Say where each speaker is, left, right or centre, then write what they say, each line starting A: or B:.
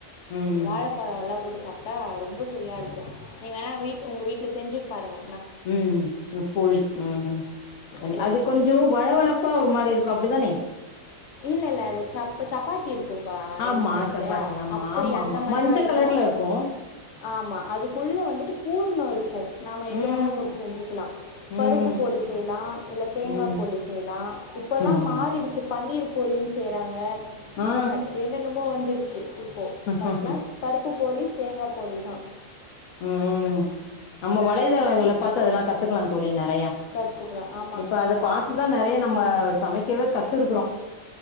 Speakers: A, on the left (about 85°); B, on the left (about 60°).
A: ம்
B: வாழப்பழம்லா போட்டு சாப்டா ரொம்ப சுவையா இருக்கும் நீங்க வேணா வீ்ட் உங்க வீட்டு செஞ்சு பாருங்க
A: உம் இப்போழி உம்
B: போலி
A: அது கொஞ்சோ வழவழப்பா ஒரு மாரி இருக் க்கோ அப்டி தானே
B: இல்ல இல்ல அது சப் சப்பாத்தி இருக்கும்பா
A: ஆமா
B: இருக்கு இல்லையா
A: சப்பாத்தி ஆமா
B: அப்படி
A: ஆமா
B: அந்த
A: ஆமா
B: மாரிதா
A: மஞ்ச
B: இருக்கோ
A: கலர்ல இருக்கு
B: ஆமா அதுக்குள்ள வந்துட்டு பூர்ண இருக்கோ நாம் எது
A: ம்
B: வேணா போட்டு செஞ்சுக்கலாம் பருப்பு
A: ம் ம்
B: போலி செய்யலா இல்ல தேங்கா
A: ம்
B: போலி செய்யலா இப்போல்லா
A: ம்
B: மாறிடுச்சு பன்னீர் போலின் செய்றாங்க
A: ஆ
B: அஹ்ஹ என்னென்னமோ வந்துதிரு <unintelligible> போ
A: ம்
B: ஃபர்ஸ்ட்லா பருப்பு போலி தேங்காய் போலி தா
A: உஹம் உம் நம்ம வலைதளங்களைபாத்து அதெல்லா கத்துக்கலாம் தோழி நெறைய
B: கத்துக்கலாம். ஆமா,
A: இப்ப அத
B: ஆமாக்கா.
A: பாத்துதா நெறைய நம்ம சமைக்கவே கத்திருக்குறோம்